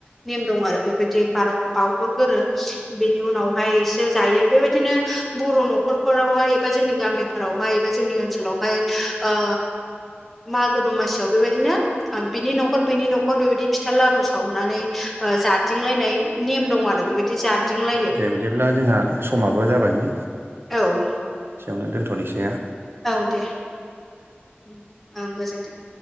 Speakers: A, in the centre; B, on the right.
A: नेम दं आरो बेबायदि बावहरगोरो बेनि उनावहायसो जायो बेबायदिनो बर' न'खरफोरावहाय एबा जोंनि गामिफोरावहाय एबा जोंनि ओनसोलावहाय ओ मागो दमासियाव बेबायदिनो बिनि न'खर बिनि न'खर बेबायदि फिथा लारु सावनानै जादिंलायनाय नेम दं आरो बेबायदि जादिंलायो
B: दे बिदिब्ला जोंहा समाबो जाबायमोन
A: औ
B: एसेयावनो दोनथ'नैसैया
A: औ दे ओं गोजोन्थों